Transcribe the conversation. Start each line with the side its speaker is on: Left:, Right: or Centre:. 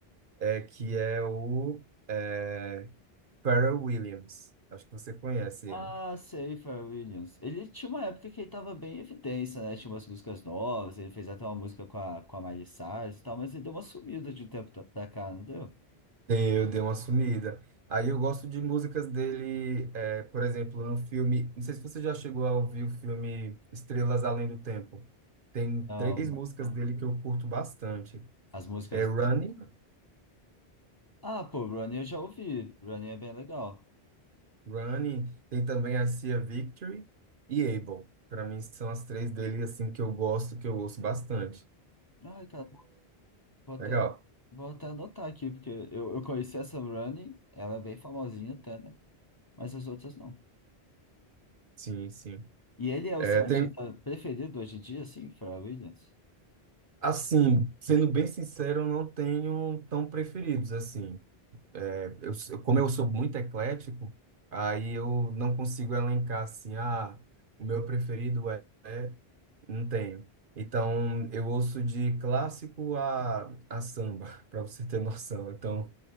Right: é, que é o é, Pharrell Williams. Acho que você conhece
Left: Ah,
Right: ele.
Left: sei, Pharrell Williams. Ele tinha uma época que ele tava bem em evidência, né? Tinha umas músicas novas, ele fez até uma música com a, com a Miley Cyrus e tal, mas ele deu uma sumida de um tempo ta- pra cá, não deu?
Right: Eu dei uma sumida. Aí eu gosto de músicas dele, é, por exemplo, no filme. Não sei se você já chegou a ouvir o filme Estrelas Além do Tempo. Tem
Left: Não.
Right: três músicas dele que eu curto bastante.
Left: as músicas.
Right: É Running.
Left: Ah, pô, Running eu já ouvi. Running é bem legal.
Right: Running, tem também I See a Victory e Able. Para mim são as três dele assim que eu gosto, que eu ouço bastante.
Left: Ai, cara, vou até,
Right: Legal.
Left: ano- vou até anotar aqui, porque eu, eu conheci essa Running, ela é bem famosinha até, né? Mas as outras não.
Right: Sim, sim.
Left: E ele é
Right: É,
Left: o seu
Right: tem,
Left: artista preferido hoje em dia, assim, Pharrell Williams?
Right: assim, sendo bem sincero, eu não tenho tão preferidos assim. É, eu, sou- como eu sou muito eclético, aí eu não consigo elencar assim, ah, o meu preferido é, é- não tenho. Então, eu ouço de clássico a, a samba, <laughs> para você ter noção. Então,